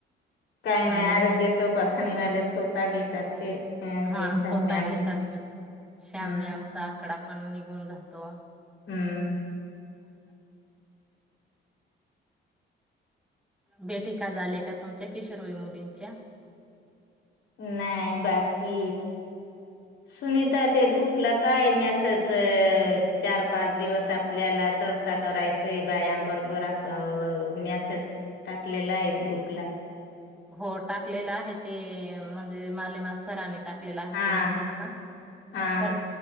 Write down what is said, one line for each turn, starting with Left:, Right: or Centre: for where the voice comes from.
Left: काय नाही
Centre: आणि
Left: आरोग्य तपासणीवाले स्वतः घेतात ते अ
Centre: हा
Left: हेश
Centre: स्वतः
Left: मॅम
Centre: घेतात ना श्याम्य
Left: हम्
Centre: आमचा आकडा पण निघून जातो
Left: हम्म
Centre: ह भेटी का झाल्या का तुमच्या किशोरवई मुलींच्या
Left: नाही बाकी सुनीता ते ग्रुपला काय मेसेज चार पाच दिवस आपल्याला चर्चा करायचय बायांबरोबर असं मेसेज टाकलेला आहे ग्रुपला
Centre: हो टाकलेलं आहे ते म्हणजे माले मा सरानी टाकलेला आहे
Left: हा
Centre: तो मेसेज ना
Left: हा.
Centre: तर